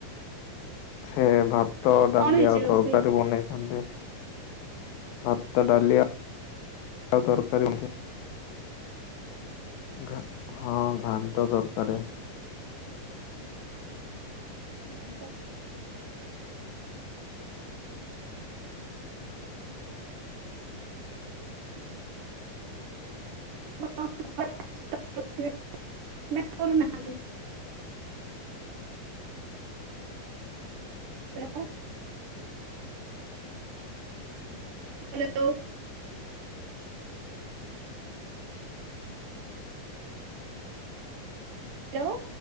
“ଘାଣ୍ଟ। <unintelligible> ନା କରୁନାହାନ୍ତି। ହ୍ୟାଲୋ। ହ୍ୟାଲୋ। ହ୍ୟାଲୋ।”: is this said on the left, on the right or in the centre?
Right